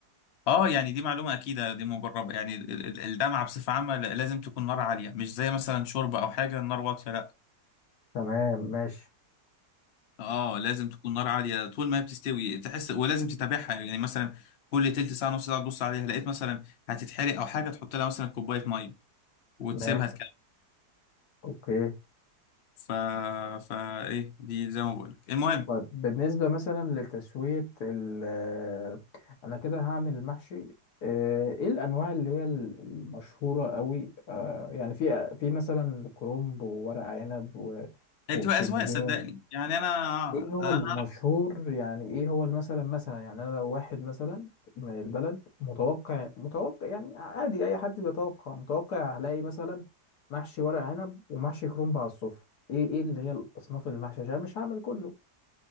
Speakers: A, on the left (about 60°); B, on the left (about 75°).
A: اه يعني دي معلومة أكيدة دي مجربة يعني ال- ال- الدمعة بصفة عامة ل- لازم تكون نار عالية مش زي مثلا شوربة أو حاجة النار واطية لا
B: تمام ماشي
A: اه لازم تكون نار عالية طول ما هي بتستوي تحس ولازم تتابعها يعني مثلا كل تلت ساعة نص ساعة تبص عليها لقيت مثلا هتتحرق أو حاجة تحط لها مثلا كوباية مية وتسيبها
B: ماشي
A: تكمل
B: اوكي
A: ف... فا إيه دي زي ما بقول لك المهم
B: طيب بالنسبة مثلا لتسوية ال آه، انا كده هعمل محشي آه، ايه الانواع اللي هي ال- المشهورة قوي آه، يعني في في مثلا كرنب وورق عنب و-
A: هي
B: وبتنجان
A: بتبقى أذواق صدقني يعني أنا
B: ايه هو
A: أنا
B: المشهور يعني ايه هو مثلا مثلا يعني انا لو واحد مثلا من البلد متوقع متوقع يعني عادي اي حد بيتوقع متوقع هلاقي مثلا محشي ورق عنب ومحشي كرنب على الصفر ايه ايه اللي هي الاصناف المحشي عشان مش هعمل كله